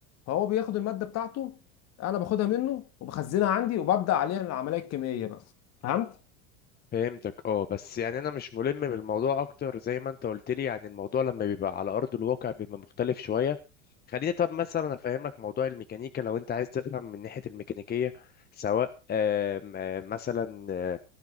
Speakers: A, on the left; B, on the left.
A: فهو بياخد الماده بتاعته انا باخدها منه وبخزنها عندي وببدا عليها العمليه الكيميائيه بقى فهمت
B: فهمتك اه بس يعني انا مش ملم بالموضوع اكتر زي ما انت قلت لي يعني الموضوع لما بيبقى على ارض الواقع بيبقى مختلف شويه خليني طب مثلا افهمك موضوع الميكانيكا لو انت عايز تفهم من ناحيه الميكانيكيه سواء آم، آم، مثلا آم،